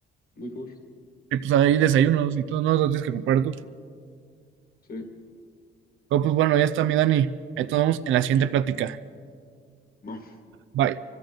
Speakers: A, on the left; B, on the right.
A: mejor,
B: Y pues ahí desayunos y todo, no lo tienes que preparar tú.
A: sí.
B: Pero pues bueno, ya está mi Dani. Ahí te vemos en la siguiente plática.
A: Va.
B: Bye.